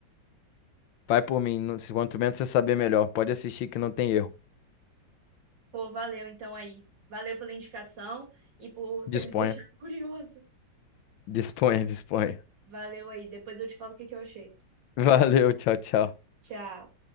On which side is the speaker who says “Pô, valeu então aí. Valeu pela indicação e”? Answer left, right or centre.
Right